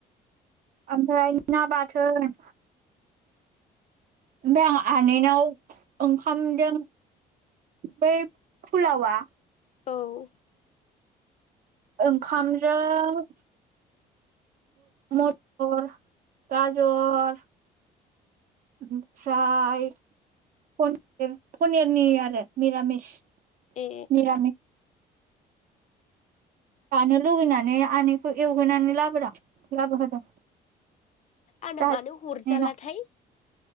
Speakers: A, on the right; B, on the left.
A: ओमफ्राय ना बा थोन ओमफ्राय आं आनैनाव ओंखामदों बै फुलावा
B: औ
A: ओंखामजों मथर गाजर ओमफ्राय पनिरनि आरो निरामिस
B: ए
A: निरामि जानो लुुबैनानै आनैखौ एवहैनानै लाबोदो लाबोहोदों
B: आंना
A: नोंनाव
B: मानो हरजालाथाय